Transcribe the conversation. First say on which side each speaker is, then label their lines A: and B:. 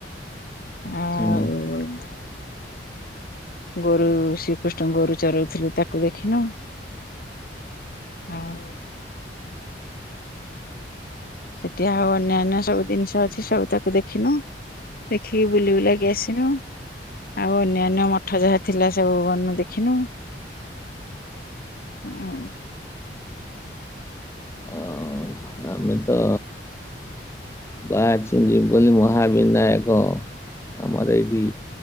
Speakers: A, on the left; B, on the left.
A: ଆଉ
B: ହୁଁ
A: ଗୋରୁ ଶ୍ରୀକୃଷ୍ଣ ଗୋରୁ ଚରଉଥିଲେ ତାକୁ ଦେଖିଲୁ। ଆଉ ସେଠି ଆଉ ଅନ୍ୟାନ୍ୟ ସବୁ ଜିନିଷ ଅଛି ସବୁ ତାକୁ ଦେଖିନୁ। ଦେଖିକି ବୁଲି ବୁଲାକି ଆସିଲୁ। ଆଉ ଅନ୍ୟାନ୍ୟ ମଠ ଯାହା ଥିଲା ସବୁ ବନୁ ଦେଖିଲୁ। ଆଉ
B: ଆଉ ଆମେ ତ ବାହାରିଚୁ ଯିବୁ ବୋଲି ମହାବିନାୟକ ଆମର ଏଇଠି